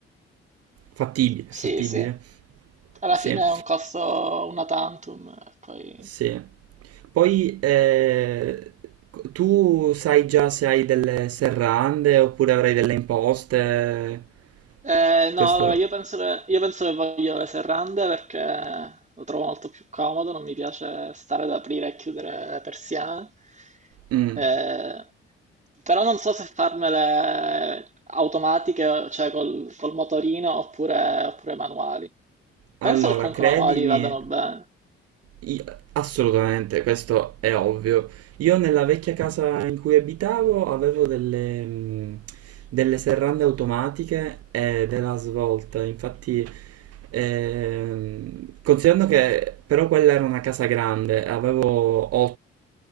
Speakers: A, on the right; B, on the right.
A: fattibile,
B: sì,
A: fattibile.
B: sì. Alla
A: Sì,
B: fine è un costo una tantum, e poi...
A: sì. Poi eh, tu sai già se hai delle serrande oppure avrai delle imposte?
B: Eh, no,
A: Questo.
B: allora io penso che, io penso che voglio le serrande perché lo trovo molto più comodo, non mi piace stare ad aprire e chiudere le persiane.
A: Mm.
B: Eh, però non so se farmele automatiche, cioè col, col motorino oppure, oppure manuali. Penso
A: Allora,
B: che comunque
A: credimi,
B: manuali vadano bene.
A: io- assolutamente, questo è ovvio. Io nella vecchia casa in cui abitavo avevo delle, mh, delle serrande automatiche e della svolta, infatti... Ehm, considerando che però quella era una casa grande, avevo